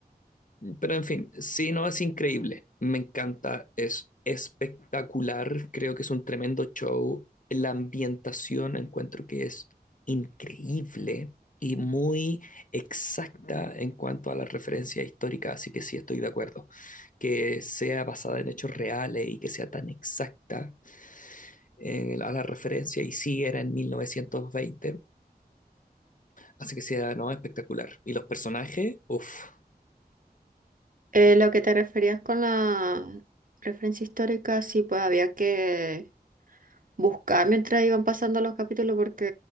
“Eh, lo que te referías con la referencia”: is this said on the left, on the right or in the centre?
Right